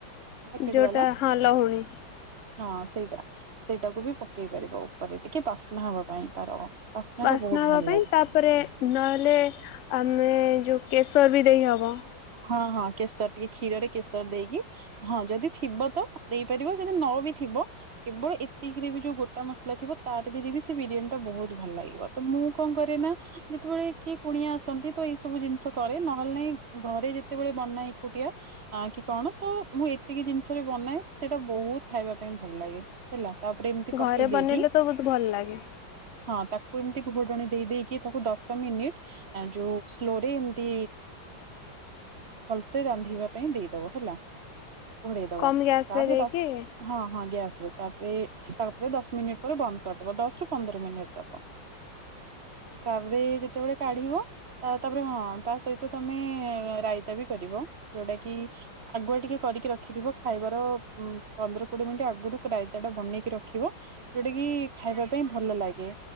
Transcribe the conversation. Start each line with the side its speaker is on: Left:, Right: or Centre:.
Right: ପ୍ୟାକେଟ
Left: ଯୋଉଟା
Right: ବାଲା
Left: ହଁ ଲହୁଣୀ
Right: ହଁ ସେଇଟା ସେଇଟାକୁ ବି ପକେଇ ପାରିବ ଉପରେ ଟିକେ ବାସ୍ନା ହବା ପାଇଁ ତାର
Left: ବାସ୍ନା
Right: ଟା ବହୁତ
Left: ହବା
Right: ଭଲ
Left: ପାଇଁ
Right: ଲାଗେ।
Left: ତାପରେ ନହେଲେ ଆମେ ଯୋଉ କେଶର ବି ଦେଇହେବ।
Right: ହଁ ହଁ କେଶର ଟିକେ କ୍ଷୀରରେ କେଶର ଦେଇକି ହଁ ଯଦି ଥିବ ତ ଦେଇପାରିବ ଯଦି ନ ବି ଥିବ କେବଳ ଏତିକିରେ ବି ଯୋଉ ଗୋଟା ମସଲା ଥିବ ତାର ଦେିରେ ବି ସେ ବିରିୟାନୀ ଟା ବହୁତ ଭଲ ଲାଗିବ ତ ମୁଁ କଣ କରେ ନା ଯେତେବେଳେ କିଏ କୁଣିଆ ଆସନ୍ତି ତ ଏଇ ସବୁ ଜିନିଷ କରେ ନହେଲେ ନାଇଁ। ଘରେ ଯେତେବେଳେ ବନାଏ ଏକୁଟିଆ କି କଣ ତ ମୁଁ ଏତିକି ଜିନିଷ ବି ବନାଏ ସେଇଟା ବହୁତ ଖାଇବା ପାଇଁ ଭଲ ଲାଗେ ହେଲା। ତାପରେ ଏମିତି
Left: ଘରେ
Right: ପକେଇ ଦେଇକି
Left: ବନେଇଲେ ତ ବହୁତ ଭଲ ଲାଗେ
Right: ହଁ ତାକୁ ଏମିତି ଘୋଟଣୀ ଦେଇ ଦେଇକି ତାକୁ ଦଶ ମିନିଟ ଯୋଉ ସ୍ଲୋରେ ଏମିତି ଭଲସେ ରାନ୍ଧିବା ପାଇଁ ଦେଇଦବ ହେଲା। ଘୋଡ଼େଇ ଦବ
Left: କମ ଗ୍ୟାସ
Right: ତାପର
Left: ରେ ଦେଇକି
Right: ଦ ହଁ ହଁ ଗ୍ୟାସ ତାପରେ ତାପରେ ଦଶ ମିନିଟ ପରେ ବନ୍ଦ କରିଦବ ଦଶ ରୁ ପନ୍ଦର ମିନିଟ ଦବ ତାପରେ ଯେତେବେଳେ କାଢିବ ତାପରେ ହଁ ତା ସହିତ ତମେ ରାଇତା ବି କରିବ ଯୋଉଟା କି ଆଗୁଆ ଟିକେ କରିକି ରଖିଥିବ ଖାଇବାର ଉ ପନ୍ଦର କୋଡିଏ ମିନିଟ ଆଗରୁ ରାଇତା ଟା ବନେଇକି ରଖିବ ଯୋଉଟା କି ଖାଇବା ପାଇଁ ଭଲ ଲାଗେ